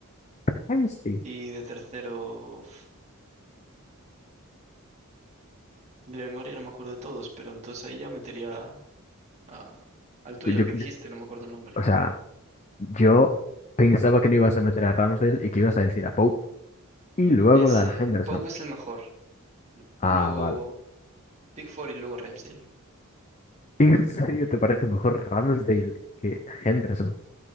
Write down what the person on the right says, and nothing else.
y de tercero De memoria no me acuerdo de todos, pero entonces ahí ya metería a- al tuyo,
al que dijiste, no me acuerdo el nombre.
Ese,
Pau es el mejor. Luego
Pickford y luego Ramsdale.